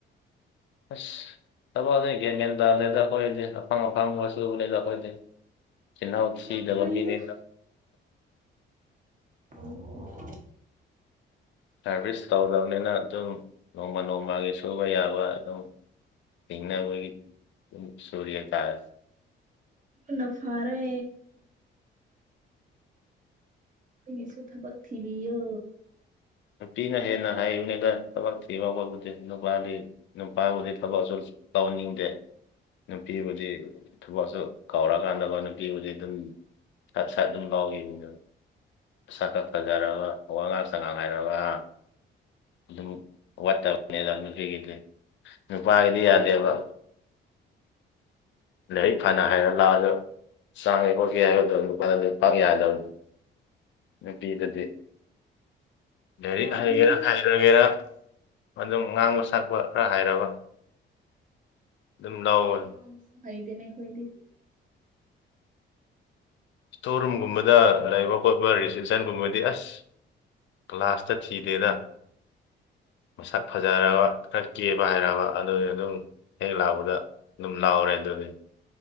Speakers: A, on the left; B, on the right.
A: ꯑꯁ ꯊꯕꯛꯁꯦ ꯒꯤꯌꯥꯟ ꯃꯦꯟ ꯇꯥꯗꯦꯗ ꯑꯩꯈꯣꯏꯗꯤ ꯑꯐꯪ ꯑꯐꯪꯕ ꯆꯨꯕꯅꯦꯗ ꯑꯩꯈꯣꯏꯗꯤ ꯆꯤꯜꯍꯥꯎ ꯁꯤꯗꯕ
B: ꯌꯥꯝ ꯐꯩꯗ
A: ꯃꯤꯅꯤꯅ
B: <unintelligible>
A: ꯁꯥꯔꯚꯤꯁ ꯇꯧꯗꯕꯅꯤꯅ ꯑꯗꯨꯝ ꯅꯣꯡꯃ ꯅꯣꯡꯃꯒꯤ ꯁꯨꯕ ꯌꯥꯕ ꯑꯗꯨꯝ ꯍꯟꯅꯕꯨꯒꯤ ꯗꯨꯝ ꯁꯨꯨꯔꯤꯌꯥ ꯇꯔꯦ
B: ꯍꯨꯅ ꯐꯥꯔꯦ ꯑꯩꯒꯤꯁꯨ ꯊꯕꯛ ꯊꯤꯕꯤꯌꯣ
A: ꯅꯨꯄꯤꯅ ꯍꯦꯟꯅ ꯍꯩꯕꯅꯤꯗ ꯊꯕꯛ ꯊꯤꯕ ꯈꯣꯠꯄꯗꯤ ꯅꯨꯄꯥꯗꯤ ꯅꯨꯄꯥꯕꯨꯗꯤ ꯊꯕꯛ ꯑꯁꯨ ꯇꯧꯅꯤꯡꯗꯦ ꯅꯨꯄꯤꯕꯨꯗꯤ ꯊꯕꯛꯁꯨ ꯀꯥꯎꯔꯀꯥꯟꯗꯀꯣ ꯅꯨꯄꯤꯕꯨꯗꯤ ꯑꯗꯨꯝ ꯁꯠ ꯁꯠ ꯑꯗꯨꯝ ꯂꯥꯎꯒꯤꯕꯅꯦꯕ ꯁꯥꯛꯀꯥ ꯐꯥꯖꯔꯕ ꯋꯥꯉꯥꯡ ꯁꯉꯥꯡ ꯍꯩꯔꯕ ꯍꯥ ꯌꯨꯝ ꯋꯥꯇꯕꯅꯦꯗ ꯅꯨꯄꯤꯒꯤꯗꯤ ꯅꯨꯄꯥꯒꯤꯗꯤ ꯌꯥꯗꯦꯕ ꯂꯥꯏꯔꯤꯛ ꯐꯥꯅ ꯍꯥꯏꯔ ꯂꯥꯛꯑꯖꯨ ꯆꯥꯡꯒꯦ ꯈꯣꯠꯀꯦ ꯍꯥꯏꯕꯗꯣ ꯅꯨꯄꯥꯗꯗꯤ ꯄꯥꯛ ꯌꯥꯗꯕꯅꯤ ꯅꯨꯄꯤꯗꯗꯤ ꯂꯥꯏꯔꯤꯛ
B: ꯌꯥꯒꯅꯤꯗ
A: ꯍꯩꯒꯦꯔꯥ ꯍꯩꯔꯣꯢꯒꯦꯔꯥ ꯑꯗꯨꯝ ꯉꯥꯡꯕ ꯁꯛꯄ ꯈꯔ ꯍꯩꯔꯕ ꯑꯗꯨꯝ ꯂꯧꯔꯕꯅꯤ
B: ꯑꯃꯁꯨ ꯍꯩꯇꯦꯅꯦ ꯑꯩꯈꯣꯢꯗꯤ
A: ꯁꯣꯔꯨꯝ ꯒꯨꯝꯕꯗ ꯂꯩꯕ ꯈꯣꯠꯄ ꯔꯤꯁꯇ꯭ꯔꯤꯛꯁꯟ ꯒꯨꯝꯕꯗꯤ ꯑꯁ ꯀ꯭ꯂꯥꯁꯇ ꯊꯤꯔꯦꯔ ꯃꯁꯛ ꯐꯖꯔꯕ ꯈꯔ ꯀꯦꯕ ꯍꯥꯏꯔꯕ ꯑꯗꯨ ꯑꯗꯨꯝ ꯍꯦꯛ ꯂꯥꯛꯄꯗ ꯑꯗꯨꯝ ꯂꯥꯎꯔꯦ ꯑꯗꯨꯗꯤ